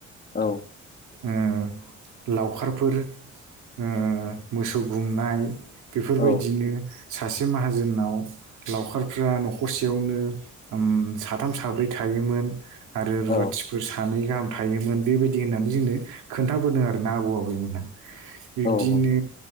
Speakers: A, on the left; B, on the right.
A: औ
B: ओ लावखारफोर ओ मोसौ गुमनाय, बेफोरबायदिनो
A: औ
B: सासे माहाजोननाव लावखारफ्रा न'खरसेयावनो ओम साथाम- साब्रै थायो मोन आरो रुवाथिफोर
A: औ
B: सानै गाहाम थायोमोन बेबायदि होननानै जोंनो खोन्थाबोदों आरोना आबौ-आबैमोनहा। बिब्दिनो
A: औ